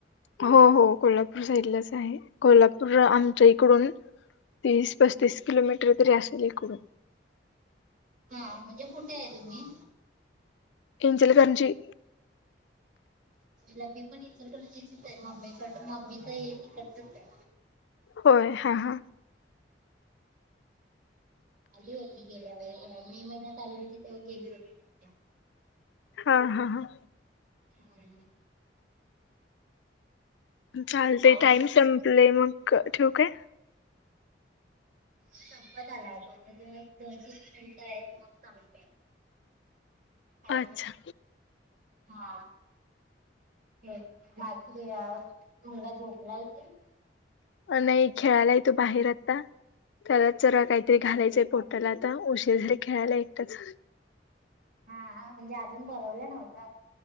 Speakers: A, on the left; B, on the right.
A: हो हो कोल्हापूर साईडलाच आहे कोल्हापूर आमच्या इकडून तीस पस्तीस किलोमीटर तरी असेल इकडून
B: हा म्हणजे कुठे आहे तुम्ही
A: ईंजलकरजी
B: लम्मी मी पण इचलकरंजी चीच आहे मम्मीक मम्मी तर ये तिकतचच ये
A: होय हा हा
B: आली होती गेल्या वेळी अ मे महिन्यात होती तेव्हा गेली होती तिकडे
A: हा हा हा
B: होय
A: चालतय
B: पाऊस
A: टाईम संपले मग ठेवू काय
B: संपत आलाय तो म्हणजे एक दोन तीन मिनिट आहेत मग सांगते हॅलो
A: अच्छा
B: हा हे बाकी अ मुलगा झोपलाय की
A: अ नाही खेळायला ये तो बाहेर आता त्यालाच जरा काहीतरी घालायचय पोटाला आता उशीर झाले खेळायला एकटाच
B: हा आ म्हणजे अजून भरवल नव्हत